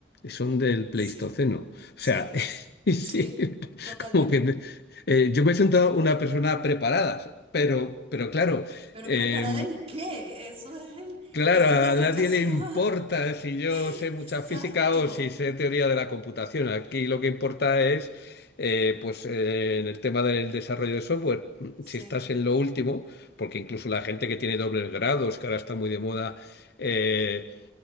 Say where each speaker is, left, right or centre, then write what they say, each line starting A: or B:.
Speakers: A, on the left (about 65°); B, on the right (about 35°).
A: son del
B: sí,
A: Pleistoceno. O sea,
B: sí,
A: <laughs> sí,
B: sí, totalmente.
A: como que me- eh, yo me he sentado una persona preparada, pero, pero claro,
B: Pero
A: eh,
B: preparada en qué? Eso es el,
A: claro,
B: esa
A: a
B: es la situación.
A: nadie le importa si yo
B: <laughs>
A: sé mucha
B: Exacto.
A: física o si sé teoría de la computación. Aquí lo que importa es, eh, pues, eh, en el tema del desarrollo de software,
B: Sí,
A: si estás en lo último, porque incluso la gente que tiene dobles grados, que ahora está muy de moda, eh,